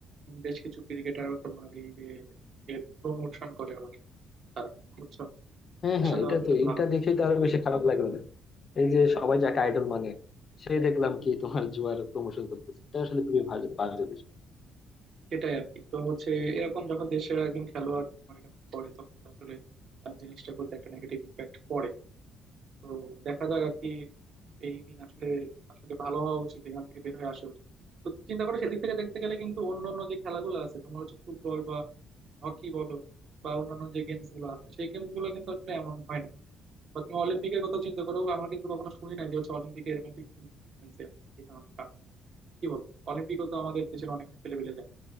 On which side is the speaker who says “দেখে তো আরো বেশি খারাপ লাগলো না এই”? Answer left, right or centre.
Left